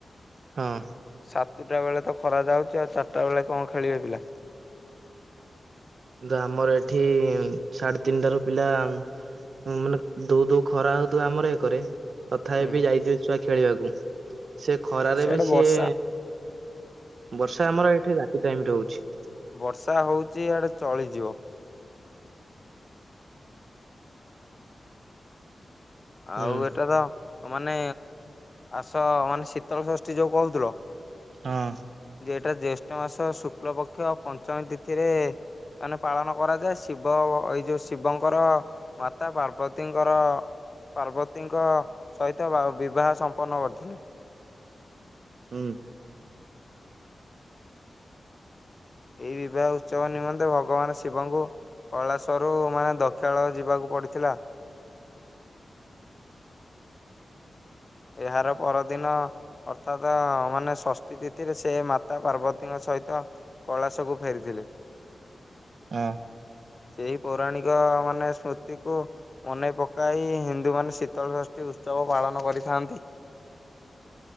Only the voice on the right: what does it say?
ହଁ।
ନ୍ତୁ ଆମର ଏଠି ସାଢେ ତିନିଟାରୁ ପିଲା ହଁ ମାନେ ଦୋ ଦଉ ଖରା ହଉଥିବ ଆମର ଏଇକରେ ତଥାପି
ବି ଯାଇଥିବେ ଛୁଆ ଖେଳିବାକୁ ସେ ଖରାରେ
ବି
ସିଏ ବର୍ଷା ଆମର ଏଠି ରାତି ଟାଇମରେ ହଉଛି।
ହୁଁ
ହଁ।
ହୁଁ।
ହଁ।